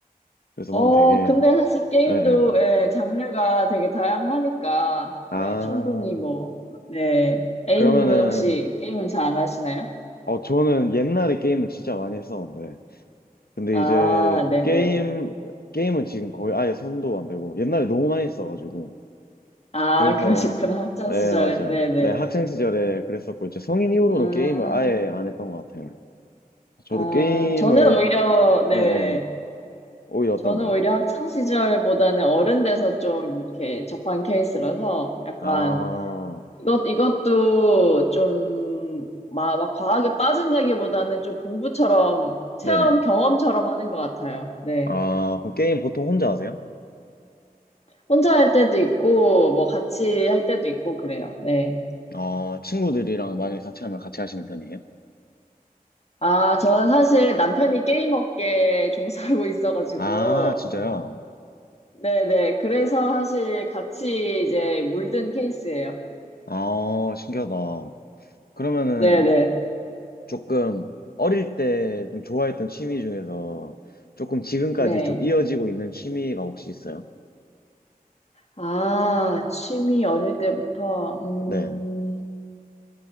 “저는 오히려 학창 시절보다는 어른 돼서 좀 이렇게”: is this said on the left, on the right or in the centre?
Left